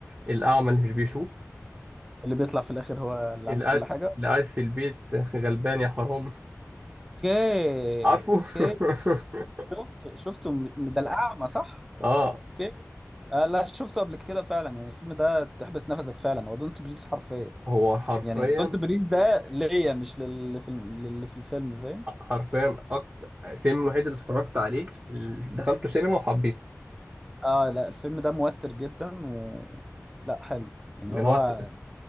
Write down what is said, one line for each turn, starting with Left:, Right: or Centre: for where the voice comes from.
Right: الاعمى اللي مش بيشوف
Centre: اللي بيطلع في الاخر هو اللي
Right: اللي
Centre: عامل
Right: قاعد
Centre: كل حاجة
Right: اللي قاعد في البيت <laughs> غلبان يا حرام
Centre: اوكي
Right: عارفه
Centre: اوكي
Right: <laughs>
Centre: شفته شفته م- ده الاعمى صح
Right: اه
Centre: اوكي آه لا شفته قبل كده فعلا يعني الفيلم ده تحبس نفسك فعلا هو دونت بريز حرفيا
Right: هو حرفيا
Centre: يعني دونت بريز ده ليا مش للي في ال- للي في الفيلم فاهم
Right: حرفيا اكتر الفيلم الوحيد اللي اتفرجت عليه اللي دخلته سينما وحبيته
Centre: اه لا الفيلم ده موتر جدا و لا حلو يعني
Right: ان
Centre: هو
Right: اللي هو